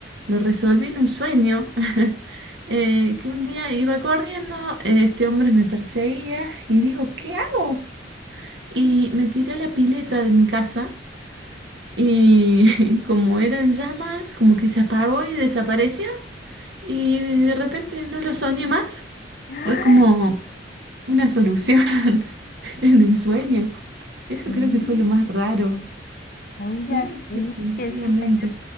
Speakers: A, on the right (about 75°); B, on the left (about 50°).
A: lo resolví en un sueño, <laughs> Eh, que un día iba corriendo, eh, este hombre me perseguía y digo, ¿qué hago? Y me tiré a la pileta de mi casa y <laughs> como eran llamas, como que se apagó y desapareció. Y de repente no lo soñé más.
B: ¡Ah!
A: Fue como una solución <laughs> en el sueño. Eso
B: Sí,
A: creo que fue lo más raro.
B: oiga,
A: Sí,
B: sí,
A: definitivamente.
B: qué sueño